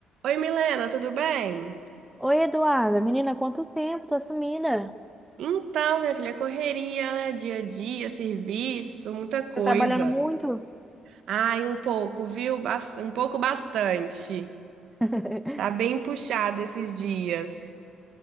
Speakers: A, on the right; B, in the centre.
A: Oi, Milena, tudo bem?
B: Oi, Eduarda. Menina, quanto tempo? Tá sumida.
A: Então, minha filha, correria, né? Dia a dia, serviço, muita coisa.
B: Tá trabalhando muito?
A: Ai, um pouco, viu? Bas- Um pouco bastante.
B: <laughs>
A: Tá bem puxado esses dias.